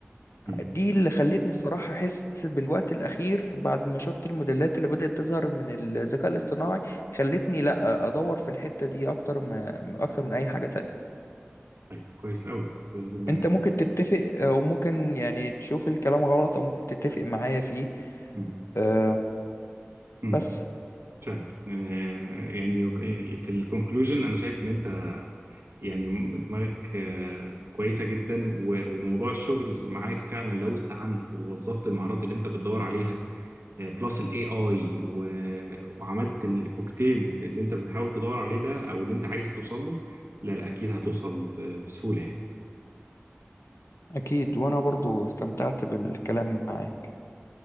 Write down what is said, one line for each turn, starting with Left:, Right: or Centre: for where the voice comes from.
Right: مم.
Left: دي اللي خلتني الصراحة أحس بالوقت الأخير بعد ما شفت الموديلات اللي بدأت تظهر من الذكاء الاصطناعي خلتني لأ أدور في الحتة دي أكتر ما أكتر من أي حاجة تانية
Right: طيب كويس قوي كويس جدا
Left: أنت ممكن تتفق آه، وممكن يعني تشوف الكلام غلط أو ممكن تتفق معايا فيه
Right: مم.
Left: آه،
Right: مم.
Left: بس
Right: فعلا آه يعني في الكونكلوجن انا شايف ان انت يعني دماغك آه، كويسة جدا و- وموضوع الشغل معاك فعلا لو استعنت ووظفت المهارات اللي انت بتدور عليها بلس الاي اي وعملت الكوكتيل اللي انت بتحاول تدور عليه ده او اللي انت عايز توصل له لا لا اكيد هتوصل ب- بسهولة يعني
Left: أكيد وأنا برضو استمتعت بالكلام معاك